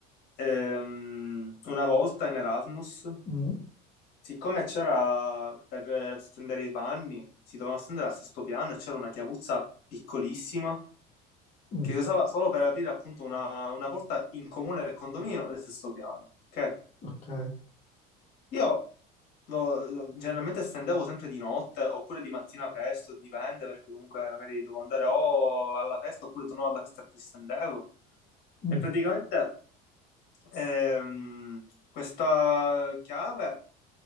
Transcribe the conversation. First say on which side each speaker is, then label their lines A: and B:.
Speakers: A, on the left (about 55°); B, on the left (about 35°).
A: ehm, una volta in Erasmus,
B: mm,
A: siccome c'era per stendere i panni, si dovevano stendere al sesto piano e c'era una chiavuzza piccolissima
B: mm,
A: che si usava solo per aprire appunto una, una porta in comune del condominio del sesto piano, ok?
B: ok.
A: Io lo- lo- generalmente stendevo sempre di notte oppure di mattina presto, dipende perché comunque magari dovevo andare o alla festa oppure tornavo alla festa e ti stendevo.
B: mm,
A: E praticamente ehm, questa chiave